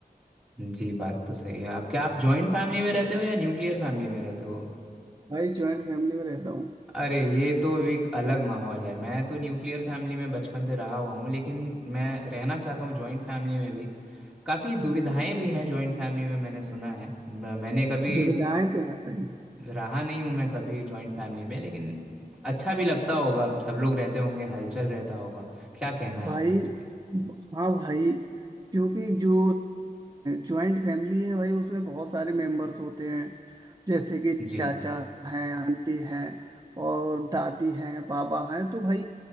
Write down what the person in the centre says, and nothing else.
जी बात तो सही है आप क्या आप जॉइंट फैमिली में रहते हो या न्यूक्लियर फैमिली में रहते हो
अरे ये तो एक अलग माहौल है मैं तो न्यूक्लियर फैमिली में बचपन से रहा हुआ हूँ लेकिन मैं रहना चाहता हूँ जॉइंट फैमिली में भी काफ़ी
दुविधाएं भी हैं जॉइंट फैमिली में मैंने सुना है म- मैंने कभी
रहा नहीं हूँ मैं कभी जॉइंट फैमिली में लेकिन अच्छा भी लगता होगा सब लोग रहते होंगे हलचल रहता होगा क्या कहना है
आपका इस पर
जी